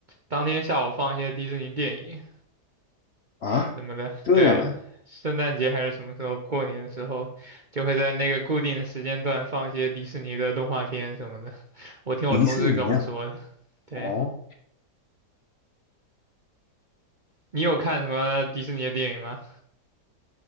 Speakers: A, on the right; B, on the left.
A: 当天下午放一些迪士尼电影
B: 啊，
A: 什么的。
B: 这样啊，
A: 对，圣诞节还是什么时候，过年的时候，就会在那个固定的时间段放一些迪士尼的动画片什么的。<laughs> 我听我同事跟我说的。
B: 迪士尼啊，
A: 对，
B: 哦。
A: 你有看什么迪士尼的电影吗？